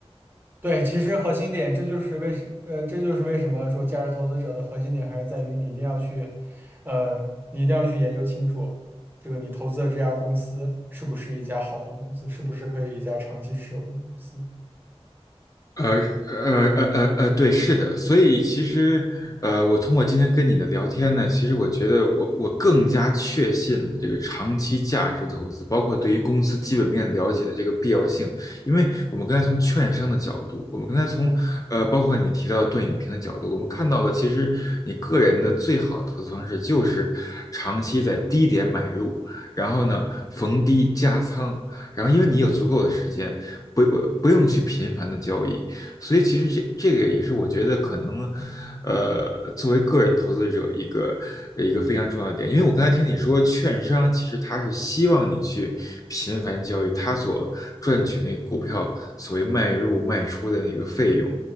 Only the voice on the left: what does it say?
呃呃呃呃呃，对，是的，所以其实，呃，我通过今天跟你的聊天呢，其实我觉得我我更加确信了这个长期价值投资，包括对于公司基本面了解的这个必要性。因为我们刚才从券商的角度，我们刚才从呃，包括你提到的段永平的角度，我们看到了其实你个人的最好的投资方式就是长期在低点买入，然后呢逢低加仓，然后因为你有足够的时间。不不不用去频繁的交易，所以其实这这个也是我觉得可能，呃，作为个人投资者一个一个非常重要的点，因为我刚才听你说，券商其实他是希望你去频繁交易，他所赚取那个股票所谓卖入卖出的那个费用，